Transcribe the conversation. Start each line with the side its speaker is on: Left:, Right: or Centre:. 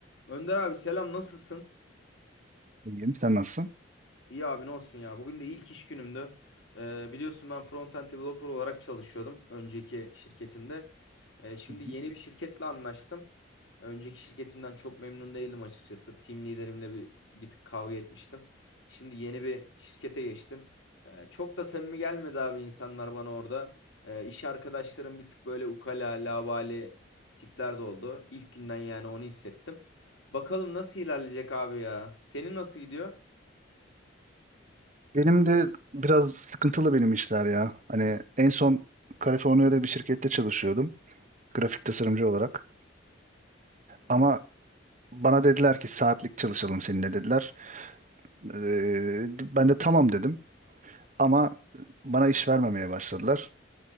Left: Önder abi selam nasılsın?
Right: İyiyim. Sen nasılsın?
Left: İyi abi ne olsun ya. Bugün de ilk iş günümdü. Ee, biliyorsun ben front-end developer olarak çalışıyordum önceki şirketimde. Ee, şimdi
Right: Hı hı.
Left: yeni bir şirketle anlaştım. Önceki şirketimden çok memnun değildim açıkçası. Team liderimle bir, bir tık kavga etmiştim. Şimdi yeni bir şirkete geçtim. Ee, çok da samimi gelmedi abi insanlar bana orada. Ee, iş arkadaşlarım bir tık böyle ukala, labale tipler de oldu. İlk günden yani onu hissettim. Bakalım nasıl ilerleyecek abi ya. Senin nasıl gidiyor?
Right: Benim de biraz sıkıntılı benim işler ya. Hani en son Kaliforniya'da bir şirkette çalışıyordum. Grafik tasarımcı olarak. Ama bana dediler ki saatlik çalışalım seninle dediler. Ee, ben de tamam dedim. Ama bana iş vermemeye başladılar.